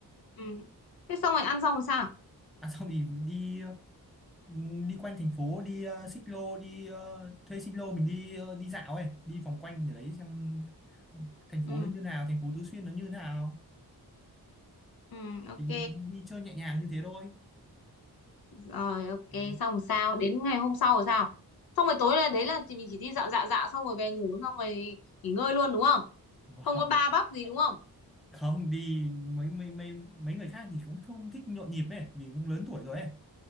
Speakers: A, on the left; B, in the centre.
A: ừ Thế xong rồi ăn xong rồi sao?
B: à, xong thì đi ừ, đi quanh thành phố đi ờ, xích lô đi ờ, thuê xích lô mình đi ờ, đi dạo ấy đi vòng quanh để đấy xem thành
A: ừ
B: phố nó như nào thành phố Tứ Xuyên nó như nào
A: ừ ok
B: thì mình đi chơi nhẹ nhàng như thế thôi
A: Rồi ok
B: ừ.
A: xong rồi sao? Đến ngày hôm sau rồi sao? Xong rồi tối là đấy là chỉ, mình chỉ đi dạo dạo dạo xong rồi về ngủ xong rồi nghỉ ngơi luôn đúng không?
B: vâng
A: Không có ba bắp gì đúng không?
B: không đi mấy mấy mấy mấy người khác thì cũng không thích nhộn nhịp ấy vì cũng lớn tuổi rồi ấy